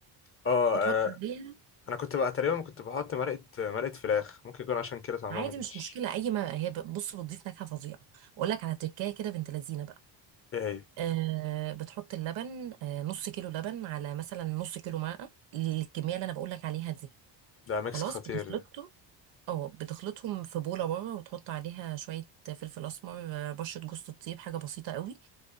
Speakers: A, on the left (about 30°); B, on the right (about 75°).
A: اه
B: وتحط
A: آه،
B: عليها
A: انا كنت بقى تقريبا كنت بحط مرقه مرقه فراخ ممكن يكون عشان كده طعمها
B: عادي
A: ما كانش
B: مش مشكله اي ماء هي بص بتضيف نكهه فظيعه اقول لك على تركايه كده بنت لذينه بقى
A: ايه هي
B: آه بتحط اللبن آه نص كيلو لبن على مثلا نص كيلو ماء الكميه اللي انا بقول لك عليها دي
A: ده ميكس
B: خلاص
A: خطير
B: بتخلطهم
A: ده
B: اه بتخلطهم في بوله بره وتحط عليها شويه فلفل اسمر آه، بشره جوز الطيب حاجه بسيطه قوي